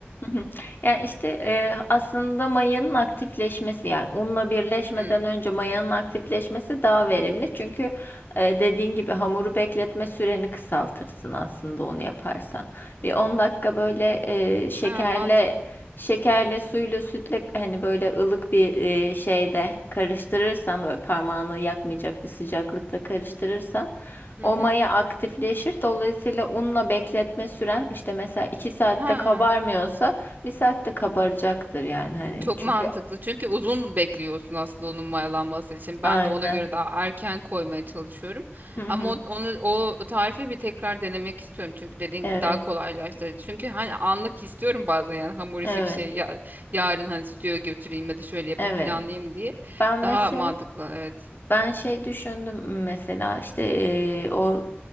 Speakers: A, on the left; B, on the right.
A: Hı hı. Yani işte e, aslında mayanın aktifleşmesi yani unla birleşmeden
B: <laughs>
A: önce mayanın aktifleşmesi daha verimli. Çünkü e, dediğin gibi hamuru bekletme süreni kısaltırsın aslında onu yaparsan. Bir 10 dakika böyle e, şekerle
B: Ha, mantık.
A: şekerle suyla sütle hani böyle ılık bir e, şeyde karıştırırsan böyle parmağını yakmayacak bir sıcaklıkta karıştırırsan
B: Hı
A: o
B: hı.
A: maya aktifleşir. Dolayısıyla unla bekletme süren işte mesela iki saatte
B: Ha,
A: kabarmıyorsa bir saatte kabaracaktır yani hani
B: çok
A: çünkü
B: mantıklı. Çünkü uzun bekliyorsun aslında onun mayalanması için.
A: aynen.
B: Ben de ona göre daha erken koymaya çalışıyorum.
A: Hı hı.
B: Ama o- onu o tarifi bir tekrar denemek istiyorum. Çünkü dediğin
A: Evet.
B: gibi daha kolaylaştırıcı. Çünkü hani anlık istiyorum bazen yani hamur işi
A: Evet.
B: bir şey ya, yarın hani stüdyoya götüreyim ya da şöyle yapayım
A: Evet.
B: planlayayım diye.
A: Ben mesela
B: Daha mantıklı evet.
A: Ben şey düşündüm mesela işte eee, o